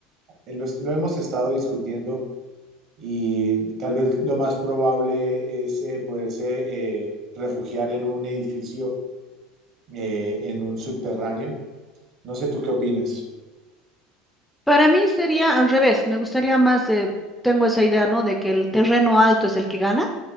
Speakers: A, on the right (about 50°); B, in the centre.
A: Eh, Lo, lo hemos estado discutiendo y tal vez lo más probable es eh, poderse eh, refugiar en un edificio, eh, en un subterráneo. No sé tú qué opinas.
B: Para mí sería al revés, me gustaría más, eh, tengo esa idea, ¿no? De que el terreno alto es el que gana